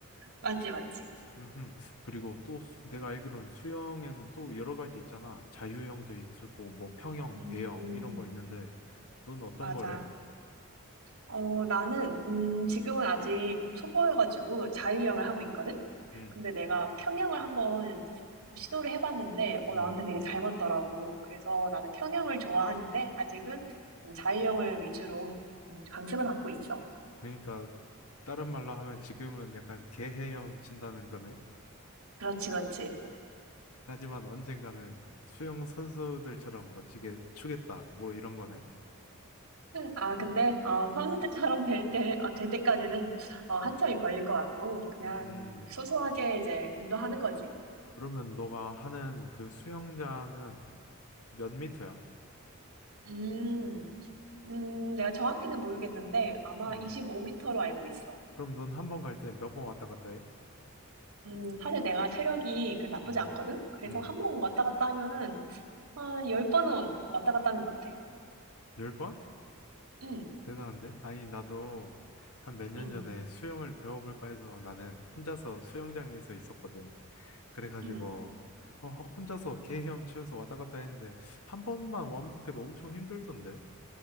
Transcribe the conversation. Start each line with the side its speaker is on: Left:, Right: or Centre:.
Right: 맞지, 맞지.
Left: 음흠. 그리고 또 수- 내가 알기로는 수영에는 또 여러 가지 있잖아. 자유형도 있을 거고, 뭐 평형,
Right: 음,
Left: 배영 이런 거 있는데, 넌 어떤
Right: 맞아.
Left: 거래?
Right: 어, 나는, 음, 지금은 아직 초보여가지고 자유형을 하고 있거든?
Left: 음,
Right: 근데 내가 평형을 한번 시도를 해봤는데, 어,
Left: 음.
Right: 나한테 되게 잘 맞더라고. 그래서 나는 평형을 좋아하는데, 아직은 음, 자유형을 위주로 음, 강습을 받고 있어.
Left: 그러니까 다른 말로 하면 지금은 약간 개헤엄 친다는 거네.
Right: 그렇지, 그렇지.
Left: 하지만 언젠가는 수영 선수들처럼 멋지게 추겠다. 뭐 이런 거네.
Right: 아, 근데, 어, 선수 때처럼 될 때, 어, 될 때까지는, 어, 한참이
Left: 음,
Right: 걸릴 것 같고, 그냥
Left: 음.
Right: 음, 소소하게 이제 운동하는 거지.
Left: 그러면 너가 하는 그 수영장은 몇 미터야?
Right: 음. 음, 내가 정확히는 모르겠는데 아마
Left: 음.
Right: 25m로 알고 있어.
Left: 그럼 넌 한 번 갈 때 몇 번 왔다 갔다 해?
Right: 음, 사실 내가 체력이 그 나쁘지
Left: 음,
Right: 않거든? 그래서
Left: 음.
Right: 한 번 왔다 갔다 하면은 한 열 번은 왔다 갔다 하는 것 같아.
Left: 열 번?
Right: 음,
Left: 대단한데? 아니, 나도 한 몇 년
Right: 음,
Left: 전에 수영을 배워볼까 해서 나는 혼자서 수영장에서 있었거든. 그래가지고,
Right: 음,
Left: 어, 혼자서 개 헤엄치면서 왔다 갔다 했는데, 한 번만 완복해도 엄청 힘들던데?